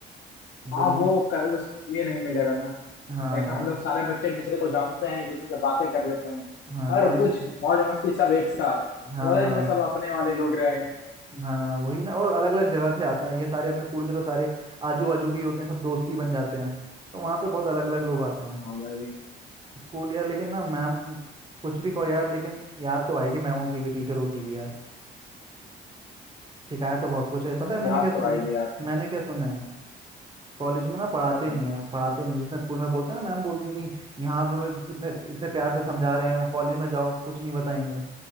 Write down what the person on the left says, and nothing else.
हाँ
वो क- उस ये नहीं मिलेगा ना
लाइक
हम लोग सारे बच्चे एक दूसरे को जानते हैं एक दूसरे से बातें कर लेते हैं
हर
कुछ मौज मस्ती सब एक साथ
कॉलेज
में सब अपने वाले लोग रहेंगे
हाँ भाई
हम्म,
याद
तो आएगी यार
क्या सुना